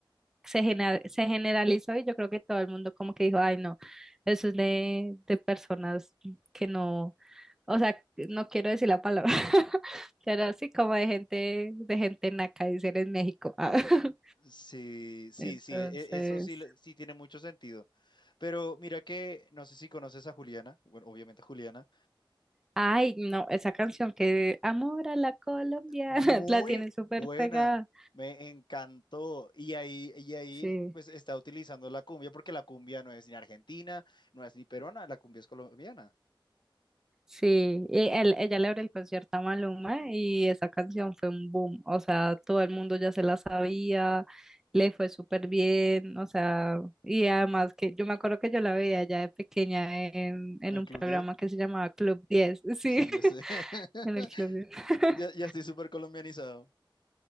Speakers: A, in the centre; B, on the left.
A: se, gena- se generalizó y yo creo que todo el mundo como que dijo, ay no, eso es de, de personas que no, o sea, no quiero decir la palabra, <laughs> pero así como de gente, de gente naca, dicen en México. Ah, <laughs>
B: sí, sí,
A: Entonces,
B: sí, e- eso sí, le- sí tiene mucho sentido. Pero mira que, no sé si conoces a Juliana, bueno, obviamente Juliana,
A: ay no, esa canción que Amor a la Colombia,
B: muy
A: <laughs> la tienen súper
B: buena,
A: pegada.
B: me encantó. Y ahí, y ahí,
A: Sí.
B: pues está utilizando la cumbia, porque la cumbia no es ni argentina, no es ni peruana, la cumbia es colombiana.
A: Sí, y él, ella le abre el concierto a Maluma y esa canción fue un boom, o sea, todo el mundo ya se la sabía, le fue súper bien, o sea, y además que yo me acuerdo que yo la veía ya de pequeña en, en
B: El
A: un programa
B: Club 10?
A: que se llamaba Club Diez, sí,
B: sí,
A: <laughs>
B: yo sé. <laughs>
A: en el Club Diez. <laughs>
B: Ya, ya estoy súper colombianizado.